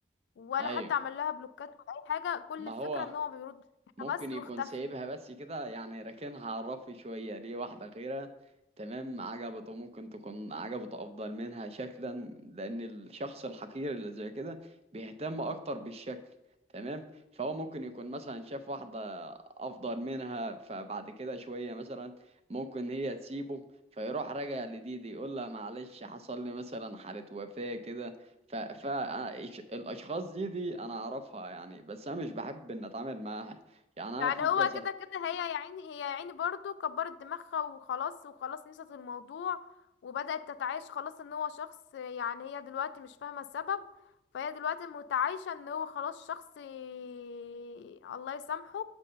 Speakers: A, on the left; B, on the right.
A: ولا
B: ايوه
A: حتى عمل لها بلوكات ولا اي حاجة كل
B: ما
A: الفكرة
B: هو
A: ان هو بيرد
B: ممكن
A: بس
B: يكون
A: واختفى
B: سايبها بس كده يعني راكنها على الرف شوية ليه واحدة غيرها تمام عجبته ممكن تكون عجبته أفضل منها شكلا لأن الشخص الحقير اللي زي كده بيهتم أكتر بالشكل تمام فهو ممكن يكون مثلا شاف واحدة أفضل منها فبعد كده شوية مثلا ممكن هي تسيبه فيروح راجع لدي دي يقول لها معلش حصل لي مثلا حالة وفاة كده ف... فالأشخاص دي دي أنا أعرفها يعني بس أنا مش بحب إن أتعامل معاها يعني
A: يعني
B: انا في
A: هو
B: كذا
A: كده كده هي يا عيني هي يا عيني برضو كبرت دماغها وخلاص وخلاص نسيت الموضوع وبدأت تتعايش خلاص ان هو شخص يعني هي دلوقتي مش فاهمة السبب فهي دلوقتي متعايشة ان هو خلاص شخص <laughs> الله يسامحه